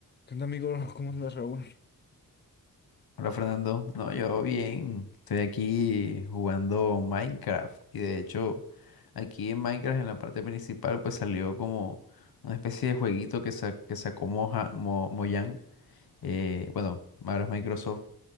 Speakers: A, on the left; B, on the left.
A: ¿Qué onda, amigo? <laughs> ¿Cómo andas, Raúl?
B: Hola Fernando, no, yo bien, estoy aquí jugando Minecraft y de hecho aquí en Minecraft en la parte principal pues salió como una especie de jueguito que, sa- que sacó Moja- Mo- Mojang, eh, bueno, ahora es Microsoft,